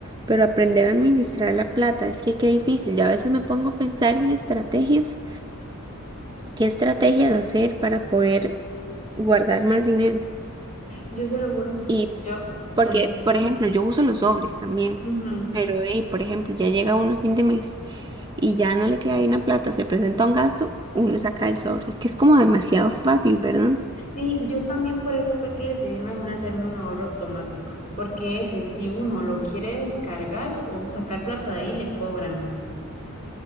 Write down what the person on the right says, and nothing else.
pero aprender a administrar la plata, es que qué difícil. Yo a veces me pongo a pensar en estrategias, qué estrategias hacer para poder guardar más dinero.
Y
porque,
por ejemplo, yo uso los sobres también,
pero, hey, por ejemplo, ya llega uno a fin de mes. y ya no le queda ahí una plata, se presenta un gasto, uno saca el sobre. Es que es como demasiado fácil, ¿verdad?